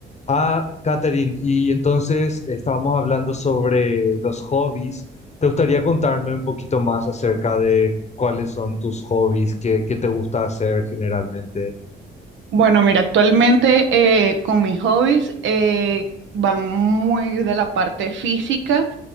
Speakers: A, on the left (about 35°); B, on the right (about 70°).
A: Ah, Katherine, y entonces estábamos hablando sobre los hobbies. ¿Te gustaría contarme un poquito más acerca de cuáles son tus hobbies, qué, qué te gusta hacer generalmente?
B: Bueno, mira, actualmente eh, con mis hobbies eh, van muy de la parte física